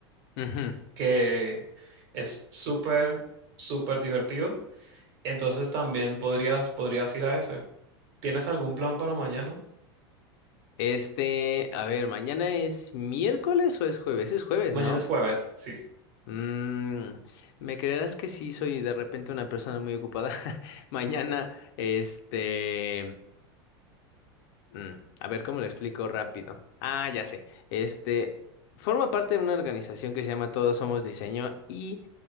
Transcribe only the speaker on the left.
ujú.
Este, a ver, ¿mañana es miércoles o es jueves? Es jueves,
¿no?
Mm, me creerás que sí soy de repente una persona muy ocupada. <laughs> Mañana, este. Mm, a ver, ¿cómo lo explico rápido? Ah, ya sé. Este forma parte de una organización que se llama Todos Somos Diseño y